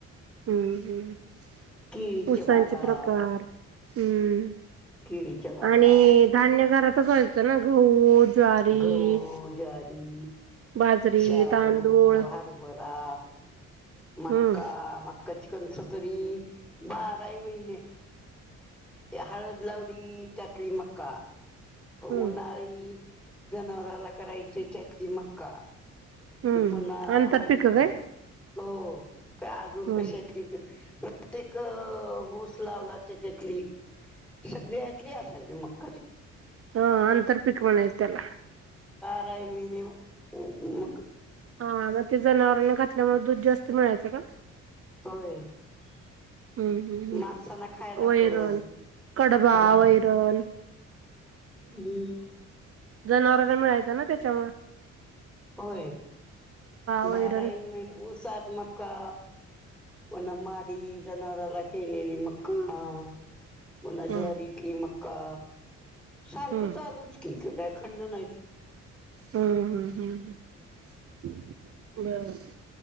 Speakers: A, on the right; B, in the centre.
A: हम्म, हम्
B: केळीच्या
A: <inaudible> ऊसांचे
B: बागा,
A: प्रकार हम्म
B: केळीच्या बागा
A: आणि धान्य घरातच व्हायच ना गहू ज्वारी,
B: गहू, ज्वारी
A: बाजरी,
B: शाळू,
A: तांदूळ
B: हरभरा,
A: हम्म
B: मक्का, मक्क कणस तरी बाराइ महिने ते हळद लाव ली त्यातली मक वा
A: हम्म
B: उन्हाळी जनावराला करायची त्यातली मक्का.
A: हम्म
B: पुन्हा
A: आंतरपिक
B: हळदीतली.
A: काय?
B: हो का अजून
A: हम्म
B: कशातली? प्रत्येक ऊस लावला त्याच्यातली सगळ्यातली असायची मक्काचे
A: हा आंतर् पिक म्हणायचं त्याला.
B: काही महिने उ उ
A: हा मग ते जनावरांना घातल्यामुळे दूध जास्त मिळायचं का?
B: होय. <inaudible>
A: हम्म हम्म हम्म
B: माणसांना खायला
A: वैरण
B: पण
A: कडबा
B: हम्म.
A: वैरण
B: हम्.
A: जनावरांना मिळायचं ना त्याच्यामुळ.
B: होय
A: वैरण
B: बाराही महिने उसात मक्का पन माडी जनावारला केलेली मका ह. पुन्हा
A: हम्म
B: ज्वारीतली मक्का सारखं
A: हम्म
B: चालूच की. कायखंड नाहीती.
A: हम, हम, हम्, ह बर.